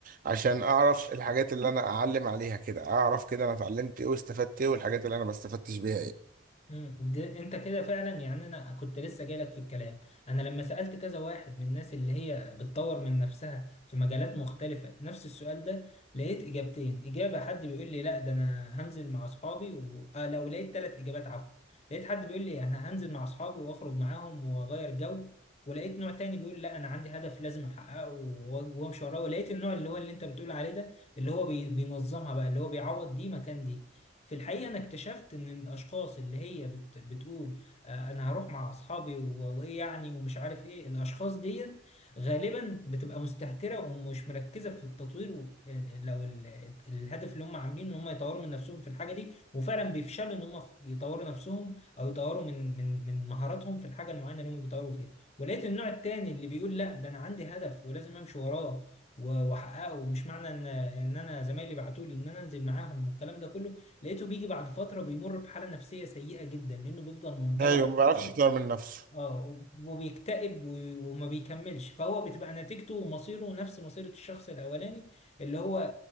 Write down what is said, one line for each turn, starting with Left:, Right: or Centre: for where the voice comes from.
Right: عشان اعرف الحاجات اللي انا اعلم عليها كده اعرف كده انا اتعلمت ايه واستفدت ايه والحاجات اللي انا ما استفدتش بيها ايه
Left: مم. ده انت كده فعلا يعني انا كنت لسه جايلك في الكلام انا لما سألت كذا واحد من الناس اللي هي بتطور من نفسها في مجالات مختلفة نفس السؤال ده لقيت اجابتين اجابة حد بيقول لي لا ده انا هنزل مع اصحابي و... آه لو لقيت ثلاث اجابات عفوا لقيت حد بيقول لي انا هنزل مع اصحابي واخرج معاهم واغير جو ولقيت نوع تاني بيقول لا انا عندي هدف لازم احققه و- وامشي وراه ولقيت النوع اللي هو اللي انت بتقول عليه ده اللي هو بي... بينظمها بقى اللي هو بيعوض دي مكان دي في الحقيقة أنا اكتشفت إن الأشخاص اللي هي بت بتقول آه أنا هروح مع أصحابي و- وإيه يعني ومش عارف إيه الأشخاص ديت غالبا بتبقى مستهترة ومش مركزة في التطوير و- لو ال- الهدف اللي هم عاملينه إن هم يطوروا من نفسهم في الحاجة دي وفعلا بيفشلوا إن هم في- يطوروا نفسهم أو يطوروا من من من مهاراتهم في الحاجة المعينة اللي هم بيطوروا فيها ولقيت النوع التاني اللي بيقول لا ده أنا عندي هدف ولازم أمشي وراه و- واحققه مش معنى ان ان انا زمايلي بعتوا لي ان انا انزل معاهم والكلام ده كله لقيته بيجي بعد فتره بيمر بحاله نفسيه سيئه جدا لانه بيفضل منطوي
Right: ايوه
Left: على
Right: ما بعرفش
Left: نفسه
Right: يطور من نفسه
Left: اه وبيكتئب و- وما بيكملش فهو بتبقى نتيجته ومصيره نفس مصيرة الشخص الأولاني اللي هو آه،